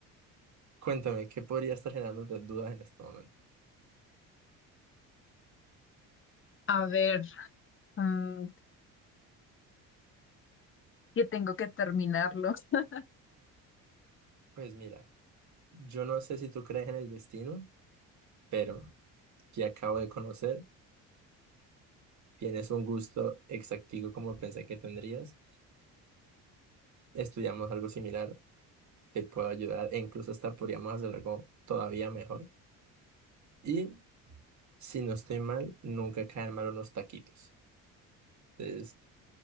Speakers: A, on the right; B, on the left.
A: Cuéntame, ¿qué podría estar generando dudas en este momento?
B: A ver, mm, que tengo que terminarlo. <laughs>
A: Pues mira, yo no sé si tú crees en el destino, pero te acabo de conocer. Tienes un gusto exactivo como pensé que tendrías. estudiamos algo similar que pueda ayudar e incluso hasta podríamos hacer algo todavía mejor. Y si no estoy mal, nunca caen mal unos taquitos. Entonces,